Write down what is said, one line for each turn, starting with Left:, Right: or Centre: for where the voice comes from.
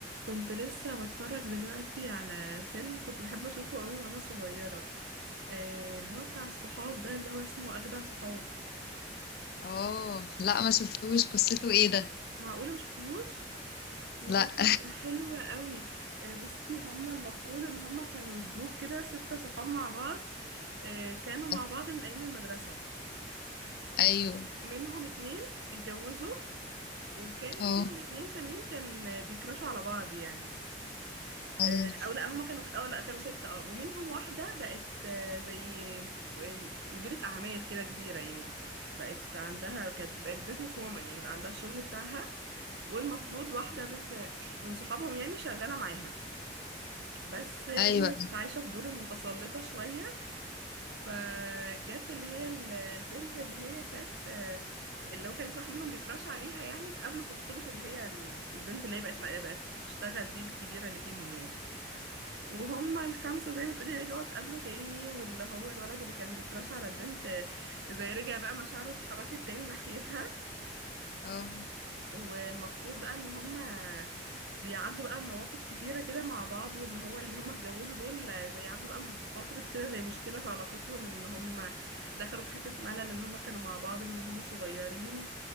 Right: كنت لسه بتفرج دلوقتي على فيلم كنت بحب اشوفه قوي وانا صغيرة آه اللي هو بتاع الصحاب ده اللي هو اسمه اجدع صحاب
Left: اه لا ما شفتوش قصته ايه ده
Right: معقولة ما شفتيهوش يا
Left: لا
Right: لهوي ده حلو قوي آه بصي هما المفروض ان هما كانوا جروب كده ستة صحاب مع بعض آه كانوا مع
Left: <laughs>
Right: بعض من ايام المدرسة
Left: ايوه
Right: منهم اتنين اتجوزوا وكان
Left: اه
Right: فيهم اتنين تانيين كان بيكرشوا على بعض يعني
Left: ايوه
Right: آه، او لا هما كانوا او لا كانوا ستة اه ومنهم واحدة بقت آه، زي آه، مديرة اعمال كده كبيرة يعني بقت عندها كانت بقت بيزنس وومن يعني بقى عندها الشغل بتاعها والمفروض واحدة من من صحابهم يعني شغالة معاها بس هي
Left: ايوه
Right: كانت عايشة في دور المتسلطة شوية فجت اللي هي ال- البنت اللي هي كانت آه، اللي هو كان في واحد منهم بيكراش عليها يعني اتقابلوا في خطوبة اللي هي ال- البنت اللي هي بقت بقت بتشتغل دي الكبيرة اللي فيهم يعني وهم الخمسة زي ما تقولي رجعوا اتقابلوا تاني واللي هو الولد اللي كان بيكراش على البنت آه، زي رجع بقى مشاعره اتحركت تاني ناحيتها
Left: اه
Right: والمفروض بقى ان هم بيعدوا بقى مواقف كتيرة كده مع بعض وان هو اللي هم اتجوزوا دول آه، زي عدوا بقى م- فترة كده زي مشكلة في علاقتهم ان هم دخلوا في حتة ملل ان هم كانوا مع بعض من هم صغيرين